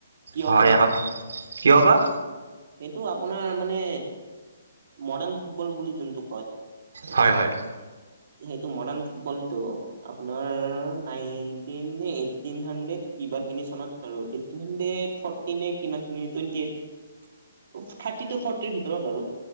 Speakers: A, on the right; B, on the right.
A: কিয়
B: হয়
A: সোধক
B: এখন কিয় বা?
A: সেইটো আপোনাৰ মানে, মডাৰ্ণ ফুটবল বুলি যোনটো কয়।
B: হয় হয়।
A: সেইটো মডাৰ্ণ ফুটবলটো। আপোনাৰ নাইনটিন নে এইটটিন হান্দেদ কিবা খিনি চনত আৰু এইটটিন হাণ্ডেড ফৰ্টিনে কিমানখিনি টুৱেণ্টি এইট উপ। থাৰ্টি টু ফৰ্টিৰ ভিতৰত আৰু।